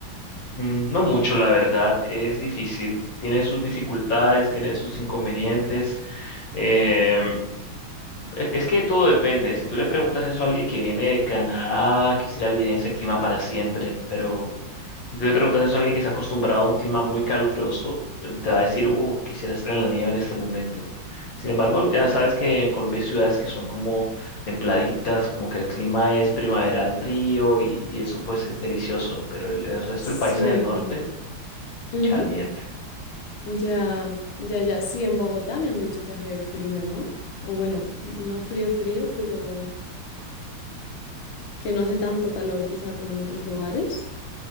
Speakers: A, on the left; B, on the left.
A: Mm, No mucho, la verdad, es difícil. Tiene sus dificultades, tiene sus inconvenientes. em, e- Es que todo depende. Si tú le preguntas eso a alguien que viene de Canadá, quisiera vivir en ese clima para siempre, pero si tú le preguntas eso a alguien que se ha acostumbrado a un clima muy caluroso, eh, te va a decir, uff, quisiera estar en la nieve en este momento. Sin embargo, ya sabes que en Colombia hay ciudades que son como templaditas, como que el clima es primaveral frío y, y eso pues es delicioso, pero el, el resto
B: Sí.
A: del país en el norte,
B: Ujú.
A: caliente.
B: Ya, ya, ya. Sí, en Bogotá me han dicho que hace frío, ¿no? O bueno, no frío, frío, pero que no hace tanto calor quizá como en otros lugares.